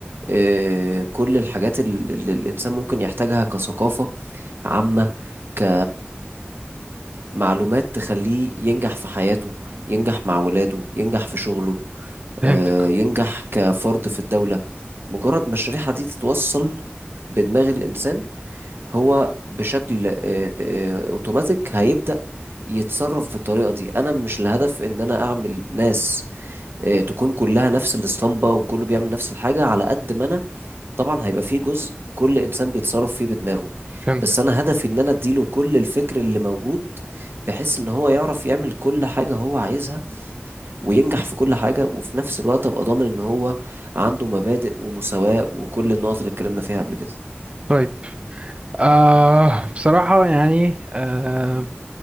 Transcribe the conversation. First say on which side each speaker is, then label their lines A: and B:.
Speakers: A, on the right; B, on the right.
A: آه، كل الحاجات ال- اللي الإنسان ممكن يحتاجها كثقافة عامة ك كمعلومات تخليه ينجح في حياته ينجح مع ولاده ينجح في شغله
B: فهمتك
A: آه، ينجح كفرد في الدولة مجرد ما الشريحة دي تتوصل بدماغ الإنسان هو بشكل آه، آه، أوتوماتيك هيبدأ يتصرف بالطريقة دي أنا مش الهدف إن أنا أعمل ناس آه، تكون كلها نفس الاسطمبة وكله بيعمل نفس الحاجة على قد ما أنا طبعا هيبقى فيه جزء كل انسان بيتصرف فيه بدماغه
B: فهمتك
A: بس انا هدفي ان انا اديله كل الفكر اللي موجود بحيث ان هو يعرف يعمل كل حاجة هو عايزها وينجح في كل حاجة وفي نفس الوقت ابقى ضامن ان هو عنده مبادئ ومساواة وكل النقط اللي اتكلمنا فيها قبل كده
B: طيب آه بصراحه يعني آه،